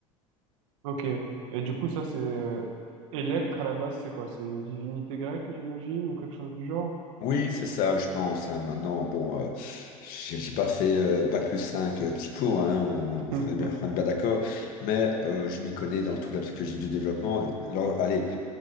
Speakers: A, on the right; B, on the left.
A: Ok. Et du coup, ça, c'est... euh, Électre, à la base, c'est quoi? C'est une divinité grecque, j'imagine, ou quelque chose du genre?
B: Oui, c'est ça, je pense. hein. Maintenant, bon, euh, j'ai j'ai pas fait euh, bac plus 5 euh, psycho, hein, on,
A: <laughs>
B: on est bien, on est bien d'accord, mais euh, je m'y connais dans toute la psychologie du développement. Alors, allez,